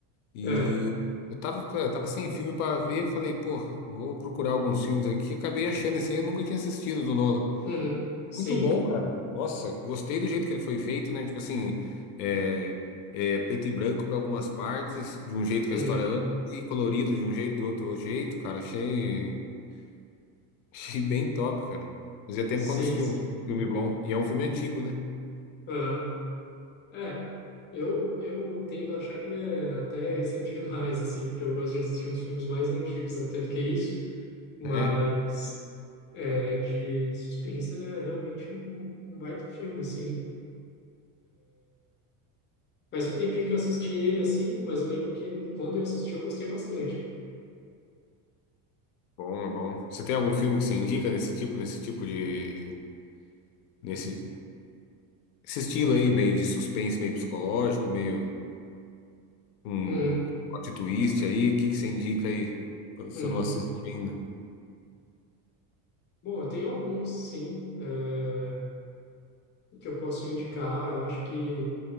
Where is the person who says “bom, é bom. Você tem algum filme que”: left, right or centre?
Left